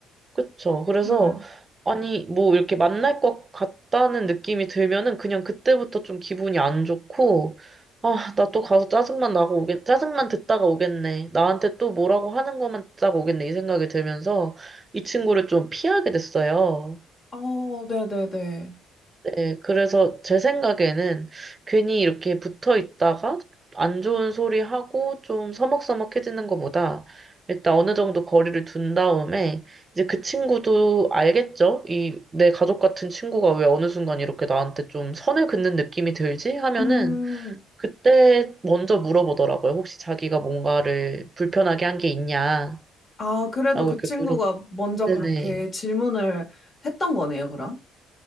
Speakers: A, on the right; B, on the left.
A: 그쵸. 그래서,
B: 네.
A: 아니, 뭐, 이렇게 만날 것 같다는 느낌이 들면은 그냥 그때부터 좀 기분이 안 좋고, 아, 나 또 가서 짜증만 나고 오겠, 짜증만 듣다가 오겠네. 나한테 또 뭐라고 하는 것만 듣다가 오겠네. 이 생각이 들면서 이 친구를 좀 피하게 됐어요.
B: 어, 네네네.
A: 네, 그래서 제 생각에는 괜히 이렇게 붙어 있다가 안 좋은 소리 하고 좀 서먹서먹해지는 것보다 일단 어느 정도 거리를 둔 다음에 이제 그 친구도 알겠죠? 이 내 가족 같은 친구가 왜 어느 순간 이렇게 나한테 좀 선을 긋는 느낌이 들지? 하면은
B: 음,
A: 그때 먼저 물어보더라고요. 혹시 자기가 뭔가를 불편하게 한 게 있냐?
B: 아, 그래도
A: 라고
B: 그
A: 이렇게
B: 친구가
A: 물어.
B: 먼저
A: 네네.
B: 그렇게 질문을 했던 거네요, 그럼?